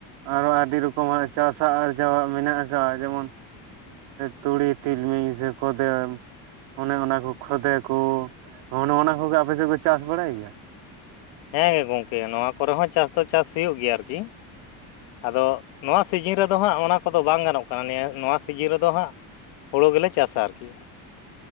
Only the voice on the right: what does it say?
ᱟᱨᱦᱚ ᱟᱹᱰᱤ ᱨᱚᱠᱚᱢᱟᱜ ᱪᱟᱥᱟᱜ ᱟᱨᱡᱟᱣᱟᱜ ᱢᱮᱱᱟᱜ ᱟᱠᱟᱜ-ᱟ ᱡᱮᱢᱚᱱ ᱛᱩᱲᱤ ᱛᱤᱞᱢᱤᱧ ᱥᱮ ᱠᱚᱫᱚᱢ ᱚᱱᱮ ᱚᱱᱟ ᱠᱚ ᱠᱷᱚᱫᱮ ᱠᱚ ᱦᱚᱸ ᱱᱚᱣᱟ ᱠᱚᱜᱮ ᱟᱯᱮ ᱥᱮᱫ ᱠᱚ ᱪᱟᱥ ᱵᱟᱲᱟᱭ ᱜᱮᱭᱟ?